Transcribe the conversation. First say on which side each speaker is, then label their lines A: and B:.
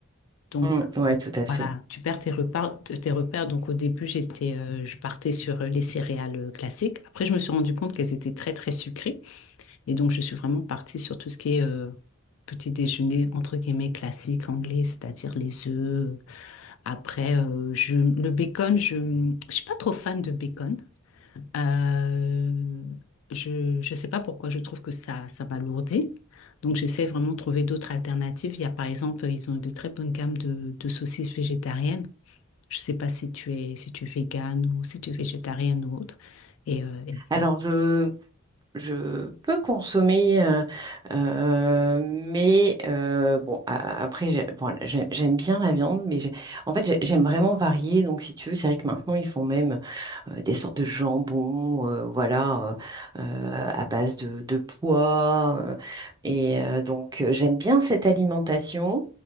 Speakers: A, on the left; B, on the right.
A: Donc,
B: Mm,
A: euh,
B: ouais, tout à fait.
A: voilà, tu perds tes repères. Tes repères. Donc, au début, j'étais, euh, je partais sur euh, les céréales euh, classiques. Après, je me suis rendu compte qu'elles étaient très, très sucrées. Et donc, je suis vraiment partie sur tout ce qui est euh, petit déjeuner, entre guillemets, classique anglais, c'est-à-dire les œufs. Après, euh, je, le bacon, je ne suis pas trop fan de bacon. Euh, je ne sais pas pourquoi, je trouve que ça, ça m'alourdit. Donc, j'essaie vraiment de trouver d'autres alternatives. Il y a, par exemple, ils ont de très bonnes gammes de, de saucisses végétariennes. Je ne sais pas si tu es, si tu es végane ou si tu es végétarienne ou autre. Et, euh, et c'est-
B: Alors, je, je peux consommer, euh, euh, mais euh, bon, a- après, j'ai- bon, j'ai- j'aime bien la viande, mais j'ai- en fait, j'ai- j'aime vraiment varier. Donc, si tu veux, c'est vrai que maintenant, ils font même. euh, des sortes de jambons, euh, voilà, euh, euh, à base de, de pois. euh, et euh, donc, euh, j'aime bien cette alimentation.